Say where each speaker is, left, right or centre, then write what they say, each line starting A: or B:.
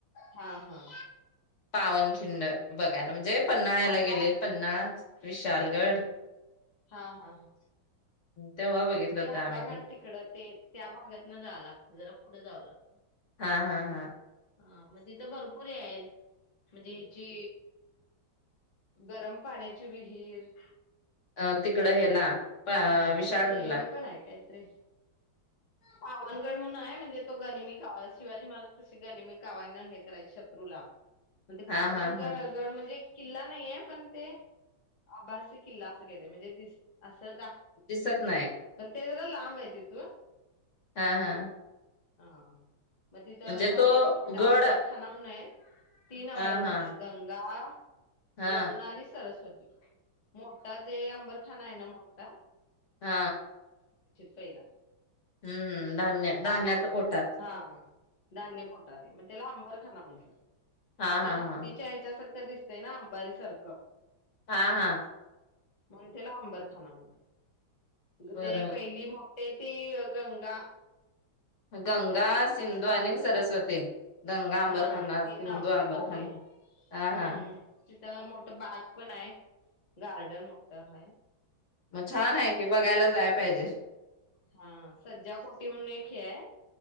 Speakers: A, on the left (about 80°); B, on the left (about 50°).
A: हा हा
B: पावनखिंड बघायला म्हणजे पन्ना यायला
A: आंबा
B: गेलेल पन्नास विशालगढ
A: हा हा हा
B: तेव्हा बघितलं
A: ते
B: होतं
A: आंबाघाट
B: आम्ही ते
A: तिकड ते त्या भागात न जावं लागते जरा पुढे जावं लागत. बी
B: हा हा हा
A: ह मग तिथ भरपूर येयल म्हणजे हची गरम पाण्याची विहीर
B: अ तिकड हेला अ
A: हा
B: विशाळगडला
A: आणि हे हे पण आहे काय. पावनगड म्हणून आहे. म्हणजे तो गनिमी कावा शिवाजी मला तशी गनिमी कावाय ना हे करायच शत्रूला म्हण तेे
B: हा
A: पावन
B: हा
A: ग
B: हा
A: गड म्हणजे किल्ला नाहीे पण ते आभासी किल्ला असं का म्हणजे दिस अस स द
B: दिसत नाही.
A: ते्र लांब येतव
B: हा हा
A: हा मग तिथं
B: म्हणजे
A: धान्याची
B: तो
A: खट
B: गड
A: अंबरखाना म्हून आहेत तीन अंबरखाना
B: हा हा
A: आहेत गंगा
B: हा
A: यमुना आणि सरस्वती न मोठा जे अंबरखाना आहे नाठ
B: हा
A: पहिला
B: हम्म धान्य धान्याचा कोठात
A: हा धान्य खोटे मग त्याला अंबरखाना म्हणतात.
B: हा
A: ्या
B: हा
A: हत्तीच्या
B: हा
A: या्याच्यासारख्या दिसतय ना अंबारी सारखं
B: हा हा.
A: म्हण त्याला अंबरखाना म्हण. मग
B: बरोबर
A: ते पहिली मो ते त गंगा
B: गंगा सिंधू
A: गंगा
B: आणि
A: अंबरखाना
B: सरस्वती गंगा
A: हा
B: आंबरखाना
A: तीन नाव
B: हंदू
A: दिलेत
B: आंबरखाना
A: ते
B: हा
A: हम्म
B: हा.
A: मोठं बाग पण आहे गार्डन मोठं हा.
B: मग छान आहे की बघायला जाय पाहिजे
A: हा सज्जा कोटी म्हणून एक हे आहे